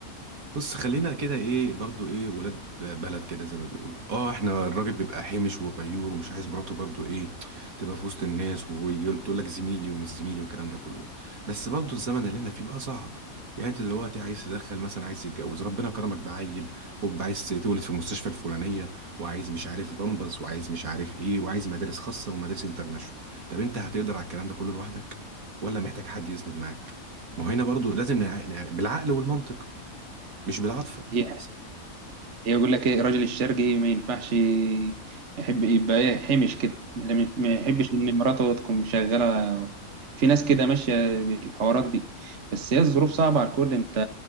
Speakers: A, on the right; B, on the right.
A: بص خلينا كده ايه برضو ايه ولاد بلد كده زي ما بيقولوا اه احنا الراجل بيبقى حامش وغيور ومش عايز مراته برضو ايه تبقى في وسط الناس ويجي يقول- تقول لك زميلي ومش زميلي والكلام ده كله بس برضو الزمن اللي احنا فيه بقى صعب يعني انت دلوقتي عايز تدخل مثلا عايز تتجوز ربنا كرمك بعيل هوب عايز تولد في المستشفى الفلانيه وعايز مش عارف بامبس وعايز مش عارف ايه وعايز مدارس خاصه ومدارس انترناشونال طب انت هتقدر على الكلام ده كله لوحدك ولا محتاج حد يسند معاك ما هو هنا برضو لازم نع... نع- بالعقل والمنطق مش بالعاطفة
B: هي
A: س-
B: يقول لك ايه الراجل الشرقي ما ينفعش يحب يبقى ايه حمش كده لا من- ما يحبش ان مراته تكون مشغله في ناس كده ماشيه بالحوارات دي بس هي الظروف صعبه على الكل انت